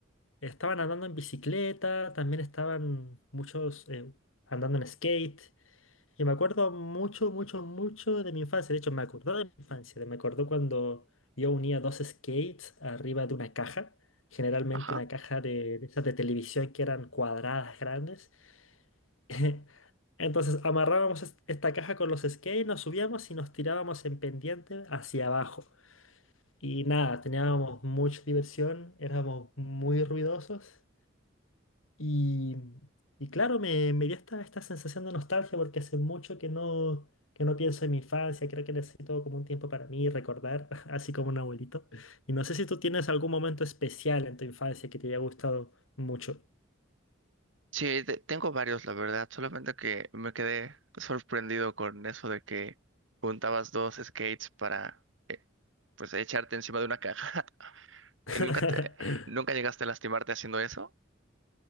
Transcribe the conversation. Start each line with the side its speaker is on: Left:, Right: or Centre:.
Left: estaban andando en bicicleta, también estaban muchos eh, andando en skate. Y me acuerdo mucho, mucho, mucho de mi infancia. De hecho, me acordó de mi infancia. de- Me acordó cuando yo unía dos skates arriba de una caja. Generalmente
Right: Ajá.
Left: una caja de, de esas de televisión que eran cuadradas grandes. <laughs> Entonces amarrábamos es- esta caja con los skates, nos subíamos y nos tirábamos en pendiente hacia abajo. Y nada, teníamos mucha diversión, éramos muy ruidosos. Y, y claro, me, me dio esta, esta sensación de nostalgia porque hace mucho que no, que no pienso en mi infancia, creo que necesito como un tiempo para mí, recordar, <laughs> así como un abuelito. Y no sé si tú tienes algún momento especial en tu infancia que te haya gustado mucho.
Right: Sí, te- tengo varios, la verdad. Solamente que me quedé sorprendido con eso de que juntabas dos skates para, eh, pues, echarte encima de una caja. <laughs> ¿Y
Left: <laughs>
Right: nunca te, nunca llegaste a lastimarte haciendo eso?